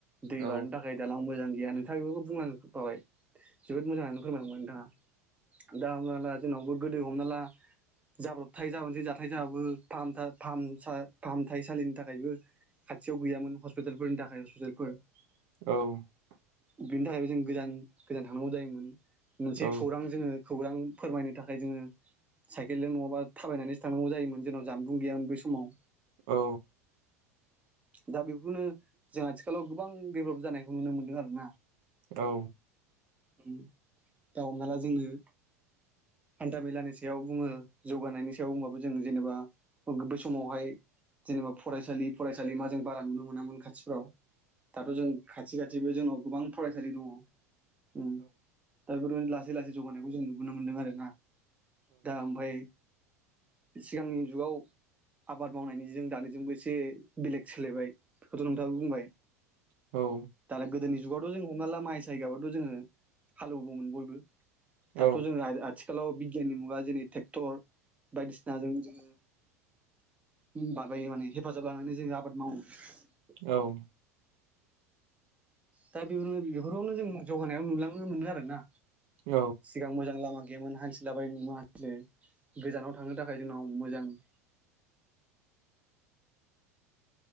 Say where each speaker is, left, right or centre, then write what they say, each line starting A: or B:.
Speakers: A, on the right; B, on the right.
A: दै
B: औ
A: बारनो थाखाय दालां मोजां गैया नोंथाङा बेफोरखौ बुंलां जोबखाबाय जोबोद मोजां आनो फोरमायलांबाय नोंथाङा दा हमना ला जोंनावबो गोदो हमना ला जाब्रबथाय जाबोसै जाथाय जाबाबो फाहाम फाहाम सा फाहामथाय सलिनि थाखायबो खाथियाव गैयामोन हस्पिटालफोरनि थाखाय हस्पिटालफोर
B: औ
A: बिनि थाखायबो जों गोजान गोजान थांनांगौ जायोमोन मोनसे
B: औ
A: खौरां जोङो खौरां फोरमायनो थाखाय जोङो साइकेलजों नङाबा थाबायनानैसो थांनांगौ जायोमोन जोंनाव जानबुं गैयामोन बै समाव
B: औ
A: दा बेखौनो जों आथिखालाव गोबां देभलप जानायखौ नुनो मोन्दों आरो ना
B: औ
A: उम दा हमना ला जोङो हान्था मेलानि सायाव बुङो जौगानायनि सायाव बुंबाबो जों जेनेबा बे समावहाय जेनेबा फरायसालि फरायसालि मा जों बारा नुनो मोनामोन खाथिफ्राव दाथ' जों खाथि खाथि बो जोंनाव गोबां फरायसालि दङ उम दा बेफोरबायदिनो लासै लासै जौगानायखौ जों नुबोननो मोन्दों आरो ना दा ओमफाय सिगांनि जुगाव आबाद मावनायनि जों दानिजोंबो एसे बेलेग सोलायबाय बेखौथ' नोंथाङाबो बुंबाय
B: औ
A: गोदनि जुगावथ जों हमना ला माइ साय गायब्लाथ' जोङो हालएवगौमोन बयबो
B: औ
A: दाथ' जोङो आ आथिखालाव बिगियाननि मुगा जेरै ट्रेक्टर बायदिसिनाजों जोङो माबायो माने हेफाजाब लानानै जों आबाद मावो
B: औ
A: दा बेफोरावनो जों जौगानायाव नुलांनो मोनो आरो ना
B: औ
A: सिगां मोजां लामा <unintelligible> गोजानाव थांनो थाखाय जोंनाव मोजां। <unintelligible>